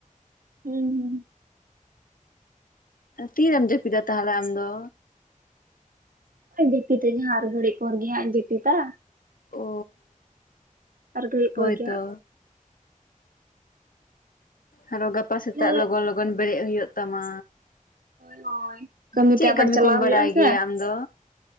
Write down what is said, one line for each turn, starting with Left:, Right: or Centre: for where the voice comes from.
Right: ᱦᱩᱸ ᱦᱩᱸ
Left: ᱛᱤᱨᱮᱢ ᱡᱟᱹᱯᱤᱫᱟ ᱛᱟᱦᱚᱞᱮ ᱟᱢ ᱫᱚ?
Right: ᱡᱯᱤᱛᱟᱧ ᱦᱟᱸᱜ ᱦᱟᱨ ᱜᱟᱹᱲᱤᱪ ᱯᱳᱚᱨ ᱜᱮ ᱦᱟᱸᱜ ᱡᱯᱤᱛᱟ ᱾
Left: ᱚ
Right: ᱟᱨ ᱜᱷᱟᱹᱲᱤᱡ ᱯᱚᱨ
Left: ᱦᱳᱭ
Right: ᱜᱮ
Left: ᱛᱚ
Right: ᱦᱟᱸᱜ
Left: ᱟᱫᱚ ᱜᱟᱯᱟ
Right: ᱛᱟᱦᱞᱮ
Left: ᱥᱮᱛᱟᱜ ᱞᱚᱜᱚᱱ ᱞᱚᱜᱟᱱ ᱞᱚᱜᱚᱱ ᱵᱮᱨᱮᱫ ᱦᱩᱭᱩᱜ ᱛᱟᱢᱟ᱾
Right: ᱦᱳᱭ ᱦᱳᱭ
Left: ᱪᱮᱫ
Right: ᱛᱮ ᱟᱵᱟᱨ
Left: ᱠᱟᱹᱢᱤ
Right: ᱪᱟᱞᱟᱣ
Left: ᱠᱚᱢ ᱵᱟᱲᱟᱭ
Right: ᱦᱩᱭᱩᱜᱼᱟ ᱥᱮ
Left: ᱜᱮᱭᱟ ᱟᱢ ᱫᱚ?